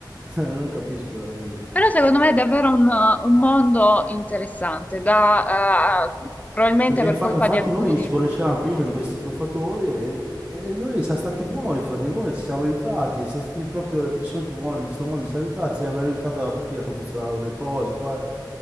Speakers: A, on the right (about 20°); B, on the left (about 20°).
A: <laughs> non capisco veramente.
B: però secondo me è davvero un, un mondo interessante, da, eh, probabilmente
A: Perché
B: per
A: infa-
B: colpa
A: infatti
B: di alcuni
A: noi ci conoscevamo prima di questi truffatori e, e noi siamo stati buoni fra di noi, ci siamo aiutati, e siamo stati proprio le persone più buone di sto mondo, ci siamo aiutati, ci hanno aiutato a capire come funzionavano le cose, qua-